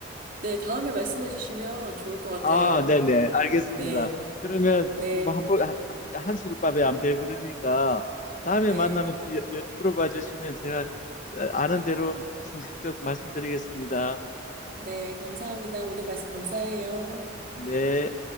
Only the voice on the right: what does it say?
네, 다음에 말씀해 주시면 좋을 것 같아요.
네,
네,
네,
네, 감사합니다. 오늘 말씀 감사해요.